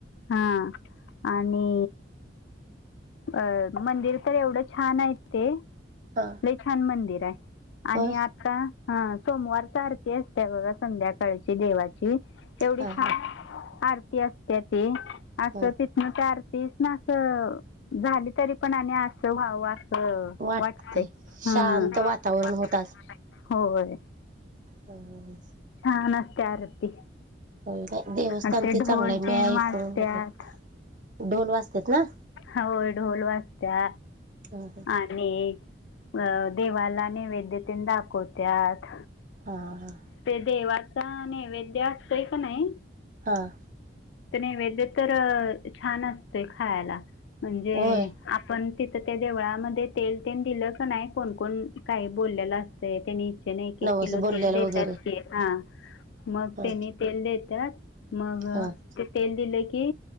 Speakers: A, on the left (about 85°); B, on the right (about 45°).
A: हा आणि अ मंदिर तर एवढं छान आहेत ते.
B: हा.
A: छान मंदिर आहे आणि
B: हो
A: आता हा सोमवारचा आरती असते. बघा संध्याकाळची देवाची एवढी
B: हा
A: छान
B: हा.
A: आरती असते ती असं
B: ह
A: तिथन ते आरतीस ना असं झाली तरी पण आणि अस वा- वा. हो
B: वाटतय
A: वाटते ह
B: शांत वातावरण होत
A: <inaudible> होय
B: हम्म.
A: छान असती आरती.
B: हो का देवस्थान
A: आणि
B: ते
A: ढोल
B: चांगलं आहे मी
A: तेन
B: ऐ
A: वाजत्यात
B: करून ढोल वाजतात ना?
A: होय ढोल वाजता
B: हा
A: आणि अ देवाला नैवेद्यते दाखवत्यात
B: हा
A: ते देवाच नैवेद्य असचंय का नाही.
B: हां.
A: तर नैवेद तर छान असतय खायला म्हणजे
B: होय
A: आपण तिथं त्या देवळामध्ये तेल- तेल दिलं क नाही कोण -कोण काही बोललेला असतंय त्यांनी त्यांनी एक- एक
B: नवस
A: किलो
B: बोलल्याला
A: तेल देतात
B: वगैरे
A: की हा मग
B: हा
A: तेनी तेल देतात. मग
B: हा.
A: ते तेल दिलं की